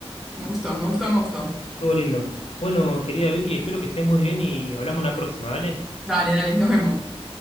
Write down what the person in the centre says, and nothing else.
Me gustó, me gustó, me gustó.
Dale, dale, nos vemos.